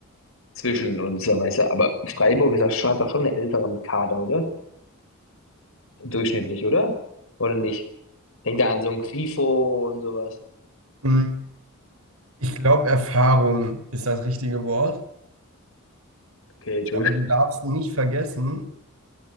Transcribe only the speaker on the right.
Hm, Ich glaube, Erfahrung ist das richtige Wort.
Aber du darfst nicht vergessen,